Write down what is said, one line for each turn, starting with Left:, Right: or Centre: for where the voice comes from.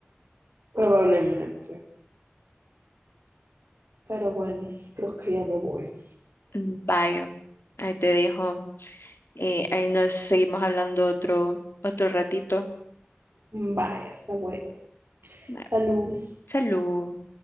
Right: probablemente. Pero bueno, creo que ya me voy.
Left: Vaya, ahí te dejo. Eh, ahí nos seguimos hablando otro, otro ratito.
Right: Vaya, está bueno.
Left: Bueno,
Right: Salud.
Left: Salud.